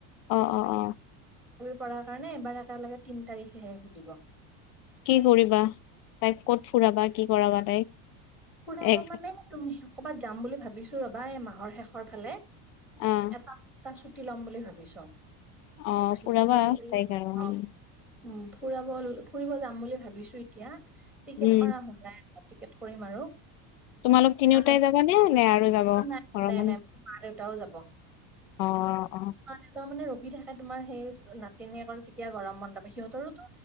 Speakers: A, on the left (about 75°); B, in the centre.
A: অ অ অ
B: পাৰ কাৰণে এবাৰ একেলগে তিন তাৰিখেহে খুলিব
A: কি কৰিবা তাইক কত ফুৰাবা কি কৰাবা তাইক
B: ফুৰাব
A: এক
B: মানে তুমি কৰ'বাত যাম বুলি ভাবিছো ৰবা এই মাহৰ শেষৰ ফালে
A: অ
B: এটা সপ্তাহ ছুটি লম বুলি ভাবিছো
A: অ
B: ছুটী
A: ফুৰাবা
B: লৈ পেলাই
A: তাইক আৰু উম
B: অ উম ফুৰাব ফুৰিব যাম বুলি ভাবিছো এতিয়া টিকেট
A: উম
B: কৰা হোৱা নাই টিকেট কৰিম আৰু
A: তোমালোক তিনিওটাই
B: নাই
A: যাবানে নে আৰু যাব
B: নাই
A: ঘৰৰ মানুহ
B: নাই মোৰ মা দেউতাও যাব
A: অ অ
B: দেউতাও মানে থাকে তোমাৰ সেই নাতিনীয়েকৰ কেতিয়া গৰম মণ্প সিহঁতৰো